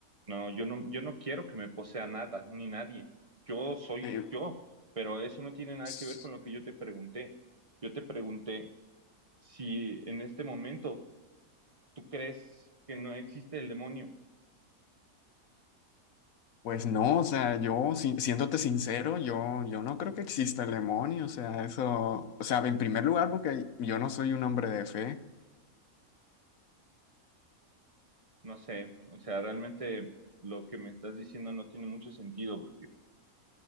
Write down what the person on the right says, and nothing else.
No, yo no, yo no quiero que me posea nada, ni nadie. Yo soy
yo, pero eso no tiene nada
que ver con lo que yo te pregunté. Yo te pregunté si en este momento tú crees que no existe el demonio.
No sé, o sea, realmente lo que me estás diciendo no tiene mucho sentido.